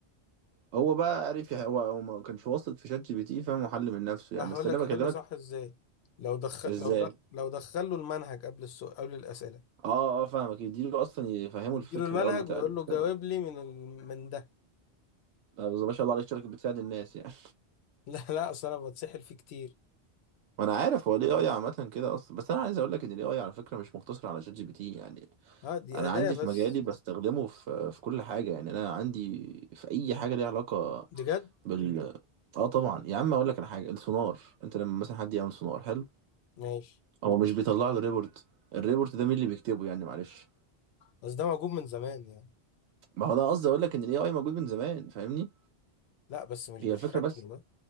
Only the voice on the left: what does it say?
انا
هقول
لك
يحل صح ازاي لو دخل
لو دخل لو دخل له المنهج قبل السؤال قبل الاسئله
يديله
المنهج
ويقول
له جاوب لي من ال... من ده
<laughs> لا لا اصل انا بتسحل فيه كتير
اه دي
اداة
بس
بجد
ماشي
بس ده موجود من زمان يعني
لا بس مش
بالشكل
ده